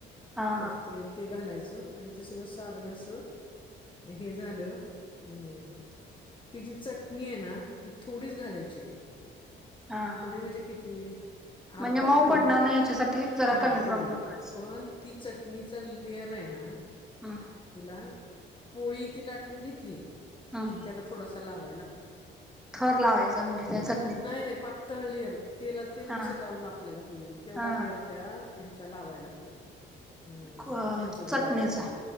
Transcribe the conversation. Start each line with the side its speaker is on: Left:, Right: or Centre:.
Centre: हा हा
Left: तर
Centre: हा
Left: ते ते घालायच आणि ते सगळं सारण अस हे झालं अम् ही जी चटणी आहे ना ती थोडीच घालायची
Centre: हा हा
Left: थोडी मजे किती
Centre: म्हणजे
Left: अर्धा
Centre: मऊ
Left: पोह्या
Centre: पडणार नाही ह्याच्यासाठी जरा
Left: हा
Centre: कमी
Left: तेवढी
Centre: प्रमाणात पडायचं.
Left: पण ती चटणीचा क्लयर आहेना
Centre: हम्म
Left: तुला पोळी ती लाटून घेतली
Centre: हम्म
Left: कि त्याला थोडासा लावाय लागतो
Centre: थर लावायचा म्हणजे त्याचा.
Left: नाही नाही पातळ लेअर तेलात तेल
Centre: हा
Left: कसं लावून आपल्याला होईल तेवढा
Centre: हा
Left: लेअर त्या ह्याचा लावाय लागतो हम्
Centre: हा
Left: चिंच गुळाच्या
Centre: चटणीचा